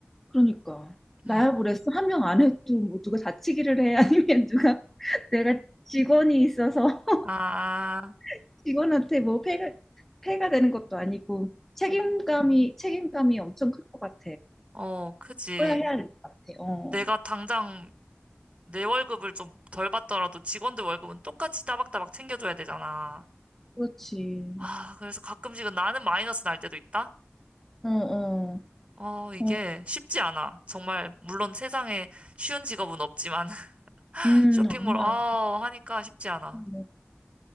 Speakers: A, in the centre; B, on the right (about 30°).
A: 그러니까. 나야
B: 응.
A: 그랬어. 한 명 안 해도 뭐 누가 다치기를 해. <laughs> 아니면 누가 <laughs> 내가 직원이 있어서
B: 아.
A: <laughs> 직원한테 뭐 폐가, 폐가 되는 것도 아니고 책임감이,
B: 음.
A: 책임감이 엄청 클 것 같아.
B: 어, 그지.
A: 그래야 해야 될 것 같아. 어,
B: 내가 당장 내 월급을 좀 덜 받더라도 직원들 월급은 똑같이 따박따박 챙겨줘야 되잖아.
A: 그렇지.
B: 아, 그래서 가끔씩은 나는 마이너스 날 때도 있다?
A: 어, 어,
B: 어, 이게
A: 어.
B: 쉽지 않아. 정말, 물론 세상에 쉬운 직업은 없지만 <laughs>
A: 음,
B: 쇼핑몰,
A: 아니야.
B: 아, 하니까 쉽지 않아.
A: 뭐,